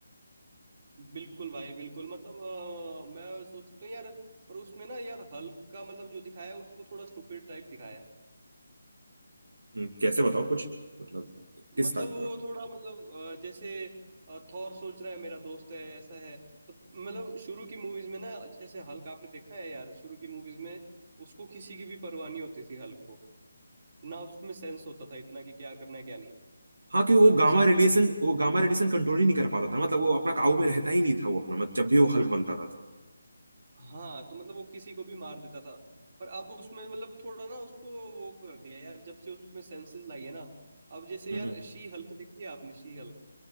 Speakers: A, on the right; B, on the right.
A: बिल्कुल भाई बिल्कुल मतलब अ, मैं सोचता हूँ यार पर उसमें ना यार हल्क का मतलब जो दिखाया है उसको थोड़ा स्टूपिड टाइप दिखाया है
B: हम्म, कैसे बताओ कुछ मतलब किस
A: मतलब
B: टाइप
A: वो
B: का
A: थोड़ा मतलब अ, जैसे अ, थॉर सोच रहा है मेरा दोस्त है ऐसा है तो मतलब शुरू की मूवीज में ना जैसे हल्क आपने देखा है यार शुरू की मूवीज में उसको किसी की भी परवाह नहीं होती थी हल्क को ना उसमें सेंस होता था इतना कि क्या करना है क्या नहीं
B: हाँ
A: मतलब
B: कि वो
A: किसी
B: गामा
A: को
B: रेडिएशन
A: भी
B: वो गामा रेडिएशन कंट्रोल ही नहीं कर पाता था मतलब वो अपना काबू में रहता ही नहीं था वो अपना मतलब जब भी वो हल्क बनता था तो
A: हाँ तो मतलब वो किसी को भी मार देता था पर अब उसमें मतलब थोड़ा ना उसको वो कर दिया यार जब से उसमें सेंसेस लाई है ना अब जैसे
B: हम्म
A: यार शी हल्क देखी है आपने She Hulk